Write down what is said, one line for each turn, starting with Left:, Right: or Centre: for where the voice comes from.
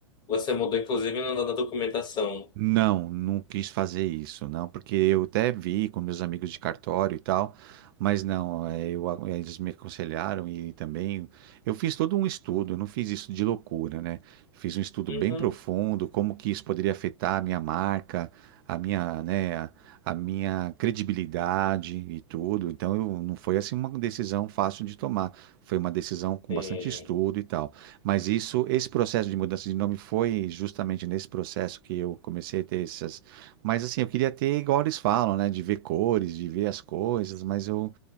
Left: você mudou, inclusive, na, na documentação.
Right: Não, não quis fazer isso, não, porque eu até vi com meus amigos de cartório e tal, mas não, é, eu, eles me aconselharam e também eu fiz todo um estudo, eu não fiz isso de loucura, né? Fiz um estudo
Left: Uhum.
Right: bem profundo, como que isso poderia afetar a minha marca, a minha, né, a, a minha credibilidade e tudo. Então, eu, não foi assim uma decisão fácil de tomar, foi uma decisão com
Left: Sim,
Right: bastante estudo e tal. Mas isso, esse processo de mudança de nome foi justamente nesse processo que eu comecei a ter essas. Mas assim, eu queria ter igual eles falam, né? De ver cores, de ver as coisas, mas eu